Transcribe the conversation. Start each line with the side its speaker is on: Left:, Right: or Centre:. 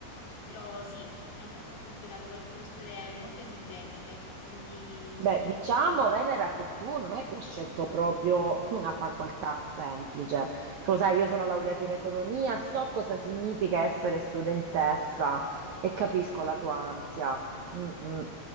Left: Però sì, è un po' più complicato, poi il professore è molto esigente, quindi sto
Right: Beh,
Left: cercando
Right: diciamo, Venera, che tu non è che hai scelto proprio una facoltà semplice. Tu lo sai, io sono laureata in economia, so cosa significa essere studentessa
Left: di...
Right: e
Left: Mhm.
Right: capisco la tua ansia. Mm, mm.